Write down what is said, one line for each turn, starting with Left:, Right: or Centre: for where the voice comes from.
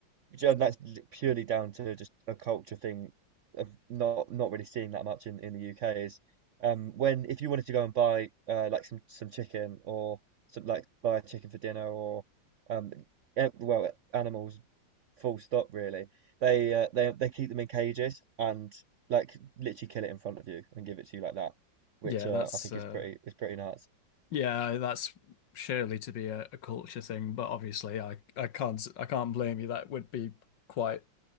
Right: which- and that's li- purely down to just a culture thing of not not really seeing that much in in the UK is um when if you wanted to go and buy uh like some some chicken or some like buy a chicken for dinner or um eh, well animals full stop really. They uh, they they keep them in cages and like literally kill it in front of you and give it to you like that, which
Left: Yeah,
Right: uh,
Left: that's
Right: I think
Left: uh,
Right: is pretty is pretty nuts.
Left: Yeah, that's surely to be a, a culture thing, but obviously I, I can't I can't blame you. That would be quite